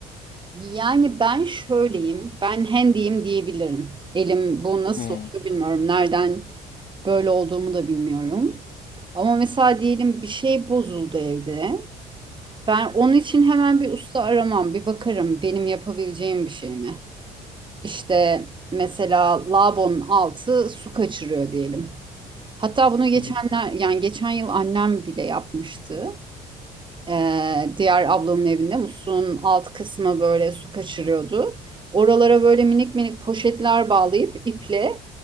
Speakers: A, on the right; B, on the left.
A: Yani ben şöyleyim, ben hendiyim diyebilirim. Elim bu nasıl
B: Hmm.
A: oluyor bilmiyorum. Nereden böyle olduğumu da bilmiyorum. Ama mesela diyelim bir şey bozuldu evde. Ben onun için hemen bir usta aramam, bir bakarım benim yapabileceğim bir şey mi? İşte mesela lavabonun altı su kaçırıyor diyelim. Hatta bunu geçenler
B: Hı hı.
A: yani geçen yıl annem bile yapmıştı. Ee, diğer ablamın evinde muslun alt kısmı böyle su kaçırıyordu. Oralara böyle minik minik poşetler bağlayıp iple